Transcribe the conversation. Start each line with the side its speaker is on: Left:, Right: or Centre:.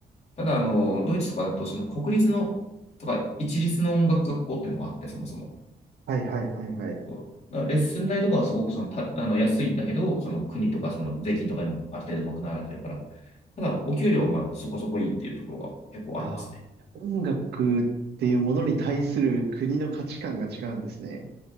Left: ただ、あの、ドイツとかだと、その国立の、とか、一律の音楽学校っていうのがあって、そもそも。
Right: はい、はい、はい、はい。
Left: そうだからレッスン代とかはすごくそのた、あの安いんだけど、その国とかその税金とかにある程度賄われてるから、ただお給料はまあそこそこいいっていうところが結構ありますね。
Right: ああ、音楽っていうものに対する国の価値観が違うんですね。